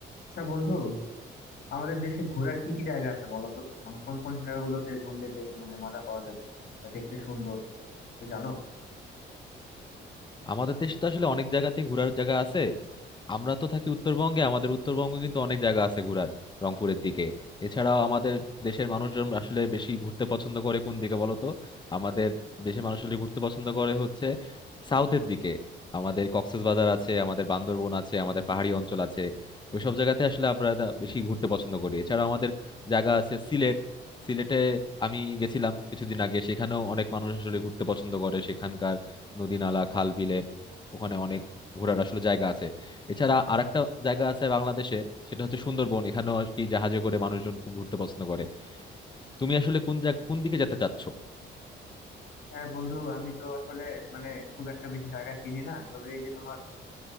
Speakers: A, on the left (about 55°); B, on the left (about 20°).
A: আচ্ছা বন্ধু আমাদের দেশে ঘোরার কি কি জায়গা আছে বলো তো মানে কোন কোন জায়গাগুলোতে ঘুরলে বেশ মানে মজা পাওয়া যাবে বা দেখতে সুন্দর তুমি জানো
B: আমাদের দেশে তো আসলে অনেক জায়গাতেই ঘোরার জায়গা আছে আমরা তো থাকি উত্তরবঙ্গে আমাদের উত্তরবঙ্গে কিন্তু অনেক জায়গা আছে ঘোরার রংপুরের দিকে এছাড়াও আমাদের দেশের মানুষজন আসলে বেশি ঘুরতে পছন্দ করে কোন দিকে বলো তো আমাদের দেশের মানুষ আসলে ঘুরতে পছন্দ করে হচ্ছে সাউথের দিকে আমাদের কক্সবাজার আছে আমাদের বান্দরবন আছে আমাদের পাহাড়ি অঞ্চল আছে ওইসব জায়গাতে আসলে আমরা তা বেশি ঘুরতে পছন্দ করি এছাড়া আমাদের জায়গা আছে সিলেট সিলেটে আমি গেছিলাম কিছুদিন আগে সেখানেও অনেক মানুষ আসলে ঘুরতে পছন্দ করে সেখানকার নদী নালা খাল বিলে ওখানে অনেক ঘোরার আসলে জায়গা আছে এছাড়া আরেকটা জায়গা আছে বাংলাদেশের সেটা হচ্ছে সুন্দরবন এখানেও আর কি জাহাজে করে মানুষজন খুব ঘুরতে পছন্দ করে তুমি আসলে কোন জায়গা কোন দিকে যেতে চাচ্ছো
A: হ্যাঁ বন্ধু আমি তো আসলে মানে খুব একটা বেশি জায়গা চিনি না তবে এই যে তোমার